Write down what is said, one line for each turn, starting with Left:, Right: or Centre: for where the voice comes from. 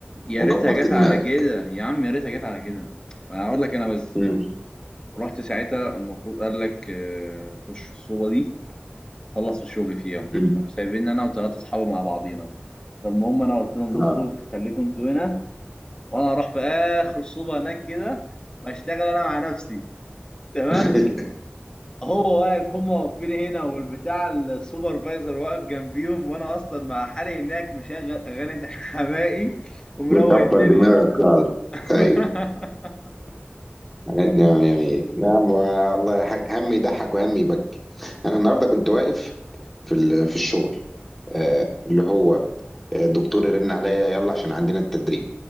Left: يا
Centre: وكبرت
Left: ريتها جت
Centre: دماغك
Left: على كده يا عم يا ريتها جت على كده اقول لك انا بس
Centre: مم.
Left: رحت ساعتها المفروض قال لك آه، خش الصوبه دي خلص الشغل في يوم
Centre: مم.
Left: كانوا سايبين انا وثلاثه اصحابي مع بعضينا فالمهم انا قلت لهم بصوا
Centre: اه
Left: خليكم انتوا هنا وانا هروح في اخر صوبه هناك كده واشتغل انا مع نفسي تمام
Centre: <laughs>
Left: هو واقف هم واقفين هنا والبتاع السوبرفايزر واقف جنبيهم وانا اصلا مع حالي هناك مشغل اغاني <laughs> حماقي ومروق
Centre: مكبر
Left: الدنيا
Centre: دماغك خالص
Left: <laughs>
Centre: ايوه على النعمة يا مية نعم والله يا حاج هم يضحك وهم يبكي انا النهارده كنت واقف في ال- في الشغل آه، اللي هو الدكتور يرن عليا يلا عشان عندنا التدريب